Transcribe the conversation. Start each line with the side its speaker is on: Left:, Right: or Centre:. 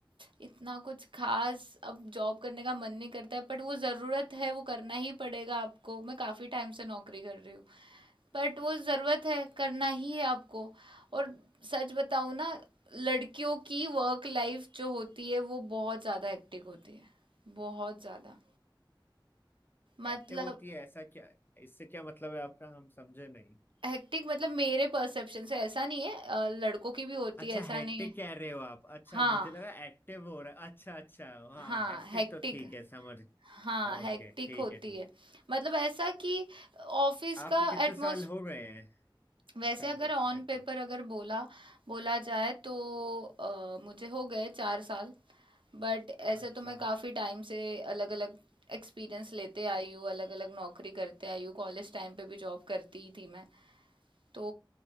Right: इतना कुछ खास अब जॉब करने का मन नहीं करता है बट वो ज़रूरत है वो करना ही पड़ेगा आपको मैं काफ़ी टाइम से नौकरी कर रही हूँ बट वो ज़रूरत है करना ही है आपको और सच बताऊं ना लड़कियों की वर्क लाइफ जो होती है वो बहुत ज़्यादा हेक्टिक होती है बहुत ज़्यादा मतलब
Left: एक्टिव होती है ऐसा क्या इससे क्या मतलब है आपका हम समझे नहीं
Right: हेक्टिक मतलब मेरे परसेप्शन से ऐसा नहीं है अ, लड़कों की भी होती
Left: अच्छा
Right: है ऐसा
Left: हैट्रिक
Right: नहीं है
Left: कह रहे हो आप अच्छा
Right: हाँ
Left: मुझे लगा एक्टिव हो रहा है अच्छा अच्छा हाँ
Right: हाँ
Left: हैट्रिक
Right: हेक्टिक
Left: तो ठीक है समझ
Right: हाँ
Left: ओके
Right: हेक्टिक
Left: ठीक
Right: होती
Left: है ठीक
Right: है मतलब ऐसा कि ऑफिस
Left: आप
Right: का
Left: कितने
Right: एटमोस
Left: साल हो गए हैं
Right: वैसे
Left: काम
Right: अगर
Left: करते
Right: ऑन
Left: करते
Right: पेपर अगर बोला बोला जाए तो अ, मुझे हो गए चार साल बट ऐसे
Left: अच्छा
Right: तो मैं काफी टाइम से अलग अलग एक्सपीरियंस लेते आई हूँ अलग अलग नौकरी करते आई हूँ कॉलेज टाइम पे भी जॉब करती ही थी मैं तो